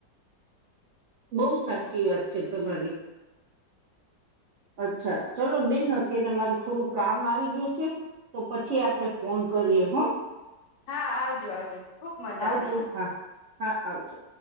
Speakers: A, on the right; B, on the left.
A: બઉ સાચી વાત છે તમારી અચ્છા ચલો બેન અત્યારે મારે થોડું કામ આવી ગયું છે તો પછી આપડે ફોન કરીએ હો.
B: હા આવજો આવજો ખુબ મજા
A: આવજો
B: આવી હો.
A: હા હા આવજો.